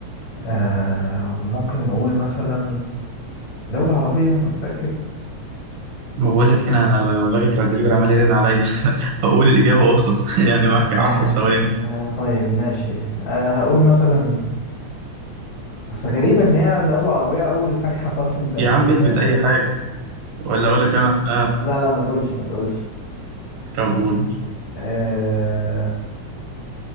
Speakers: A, on the left; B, on the right.
A: آه، ممكن نقول مثلا دولة عربية أنت متأكد؟
B: ما بقول لك هنا انا الراجل بتاع الدليفري عمال يرن عليا <laughs> اقول الاجابه واخلص <laughs> يعني معاك 10
A: آه،
B: ثواني
A: طيب ماشي أه هقول مثلا بس غريبة إن هي دولة عربية أول حاجة <laughs> اعترفت بأمريكا
B: يا عم اهبط
A: يعني.
B: اي حاجه ولا اقول لك انا اه
A: لا لا ما تقولش ما تقولش
B: طب قول
A: أه...